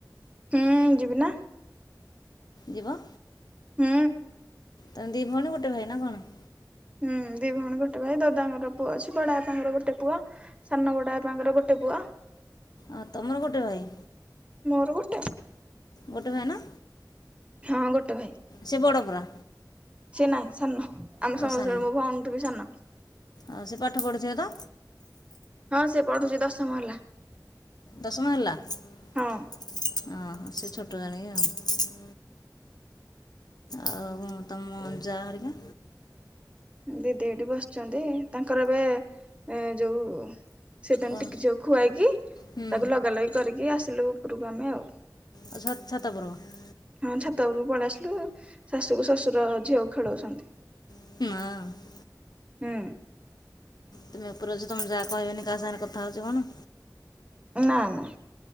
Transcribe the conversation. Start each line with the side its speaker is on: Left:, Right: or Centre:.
Right: ହୁଁ ଯିବି ନା।
Left: ଯିବ।
Right: ହୁଁ।
Left: ତମେ ଦି ଭଉଣୀ ଗୋଟ ଭାଇ ନା କଣ?
Right: ହୁଁ ଦି ଭଉଣୀ ଗୋଟେ ଭାଇ ଦାଦାଙ୍କର ପୁଅ ଅଛି ବଡା ବାପାଙ୍କର ଗୋଟେ ପୁଅ। ସାନବଡ଼ ବାପା ଙ୍କର ଗୋଟେ ପୁଅ।
Left: ଆ ତମର ଗୋଟେ ଭାଇ।
Right: ମୋର ଗୋଟେ
Left: ଗୋଟେ ଭାଇନା।
Right: ହଁ ଗୋଟେ ଭାଇ।
Left: ସେ ବଡ ପୁରା।
Right: ସେ ନାଇଁ ସାନ ଆମେ
Left: ଆଉ
Right: ସମସ୍ତଙ୍କଠୁ
Left: ସାନ
Right: ମୋ ଭଉଣୀ ଠୁ ବି ସାନ।
Left: ଆଉ ସେ ପାଠ ପଢ଼ୁଥିବେ ତ।
Right: ହଁ ସେ ପଢୁଛି ଦଶମ ହେଲା।
Left: ଦଶମ ହେଲା ଅ
Right: ହଁ
Left: ହ ସେ ଛୋଟ ଜାଣିକି ଆଉ। ଆଉ ହଁ ତମ ଜା ଘରିକା।
Right: ଦିଦି ଏଇଟି ବସିଛନ୍ତି ତାଙ୍କର ଏବେ ଯୋଉ ସେତାଙ୍କ
Left: କ'ଣ
Right: ଟିକି ଝିଅକୁ ଖୁଆଇକି
Left: ହୁଁ
Right: ତାକୁ ଲଗା ଲଗି କରିକି ଆସିଲୁ ଉପରକୁ ଆମେ ଆଉ।
Left: ଆଉ ଛାତ ଛାତ ଉପରକୁ।
Right: ହଁ ଛାତ ଉପରୁକୁ ପଳେଇ ଆସିଲୁ ଶାଶୁକୁ ଶାଶୁର ଝିଅକୁ ଖେଳଉଛନ୍ତି।
Left: ମା।
Right: ହୁଁ।
Left: ତମେ ଉପର ଅଛ ତମେ ଯାହା କହିବନି କାହା ସାଙ୍ଗରେ କଥା ହଉଛି କଣ?
Right: ନା ନା।